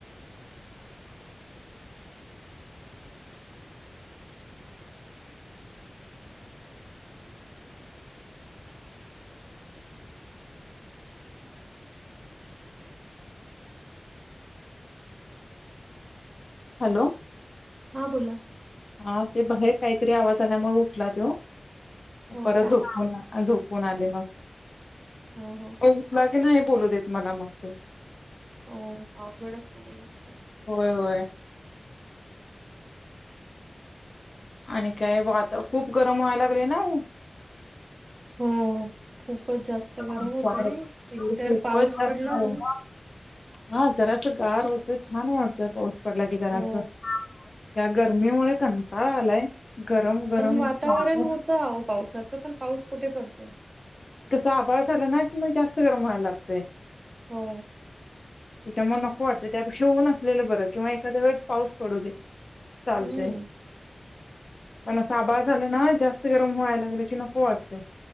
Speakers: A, on the left (about 45°); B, on the right (about 45°).
A: हॅलो
B: हां बोला
A: हा ते बाहेर काहीतरी आवाज आल्यामुळे उठला तो
B: हो
A: परत
B: का?
A: झोप झप फन आले मग
B: हम हो
A: उठला नाही हे बोलू देत मला मग त
B: हो अवघड असत मुलांचं
A: होय होय. आणि काय वातावरण खूप गरम व्हायला लागले ना
B: हो खूप खूपच जास्त
A: आमच्याकडे
B: गरम होतय
A: तर
B: एकतर
A: खूपच
B: पाऊस
A: जास्त
B: पडला
A: गरम
B: ना
A: हा जरास गार होत छान वाटतंय पडलं की जराचं
B: हो
A: या गर्मीमुळे कंटाळा आलाय गरम गरम
B: पण वातावरण
A: सारखं
B: होतं आव पावसाचं पण पाऊस कुठे पडत
A: ह आभाळ झाला ना कि मग जास्त गरम व्हायला लागते
B: हो.
A: त्याच्यामुळे नको वाटत त्यापेक्षा ऊन असलेलं बरं किंवा एखाद्या वेळेस पाऊस पडू दे चालते
B: हम्म
A: पण असं आभाळ झाला ना जास्त गरम व्हायला लागलं की नको वाटते